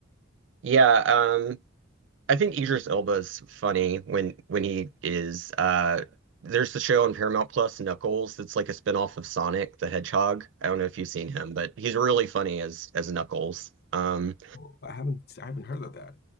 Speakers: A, on the right; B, on the left.
A: Yeah, um I think Idris Elba's funny when when he is uh there's the show on Paramount Plus, Knuckles, that's like a spinoff of Sonic the Hedgehog. I don't know if you've seen him, but he's really funny as as Knuckles. Um
B: Oh, I haven't I haven't heard of that.